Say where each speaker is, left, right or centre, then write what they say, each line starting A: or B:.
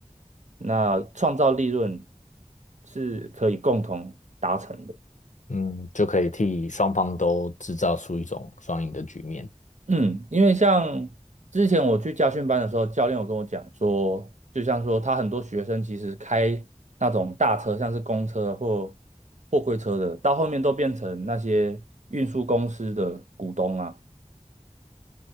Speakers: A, on the right; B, on the left.
A: 那创造利润是可以共同达成的。
B: 嗯，就可以替双方都制造出一种双赢的局面。
A: 嗯，因为像之前我去家训班的时候，教练有跟我讲说，就像说他很多学生其实开那种大车，像是公车或货柜车的，到后面都变成那些运输公司的股东啊。